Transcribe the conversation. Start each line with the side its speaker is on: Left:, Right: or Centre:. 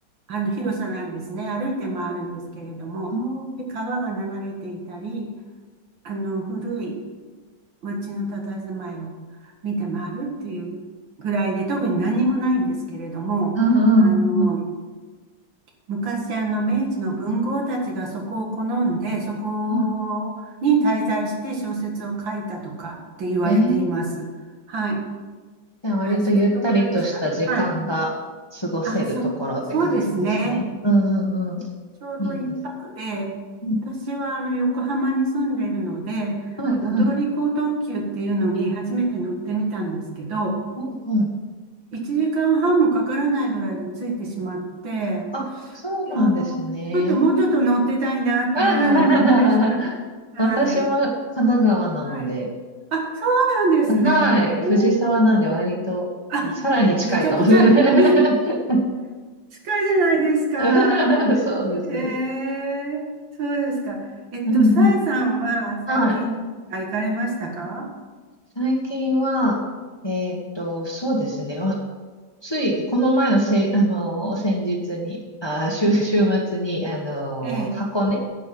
Right: あの、広さなんですね。歩いて回るんですけれども、
Left: あー
Right: で、川が流れていたり、あの、古い街の佇まいを見て回るっていうぐらいで、特に何にもないんですけれども、
Left: あー、
Right: あの、
Left: あん
Right: 昔あの明治の文豪たちがそこを好んで、そこに滞在して小説を書いたとかって言われています。
Left: はい。えー、
Right: はい。
Left: じゃあ割とゆったりとした時間が過ごせるところって感じですね。
Right: はい、そんなところでした。はい。あ、そ、そうですね。
Left: うんうんうん。
Right: ちょうど一泊で、
Left: いいです。うん
Right: 私はあの横浜に住んでいるので、
Left: はいはい。
Right: 踊り子特急っていうのに初めて乗ってみたんですけど、
Left: おはい。
Right: 1時間半もかからないぐらいで着いてしまって、
Left: あ、そうなんですね。
Right: いやーちょっともうちょっと乗ってたいなっていうような感じでした。
Left: あはははは私も神奈川なので、
Right: はい。はい。あ、そうなんですね。
Left: はい、
Right: えー
Left: 藤沢なんで割とさらに近いかもしれない。
Right: あ、めちゃくちゃ、めっ、近いじゃないですか。
Left: <laughs> そうです。
Right: えーそうですか。えっと、
Left: うんうん。
Right: さえさんは最近どこか行かれましたか
Left: はい。最近は、えーっと、そうですね。わつい、この前のせ、あのー、先日に、あー、週、週末に、あのー、
Right: ええ
Left: 箱根、